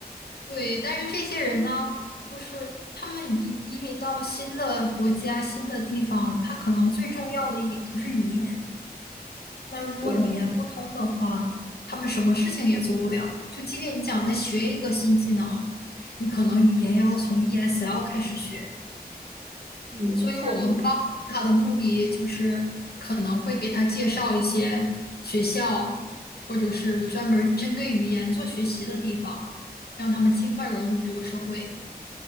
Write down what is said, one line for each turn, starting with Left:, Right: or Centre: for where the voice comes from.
Left: 对。但是这些人呢，就是他们移移民到新的国家、新的地方，他可能最重要的一点就是语言。那如果语言不通的话，
Right: 对，
Left: 他们什么事情也做不了。就即便你想再学一个新技能，你可能语言要从 ESL 开始学。
Right: 嗯，
Left: 所以我们帮他的目的就是可能会给他介绍一些学校，
Right: 像
Left: 或者是专门针对语言做学习的地方，让他们尽快融入这个社会。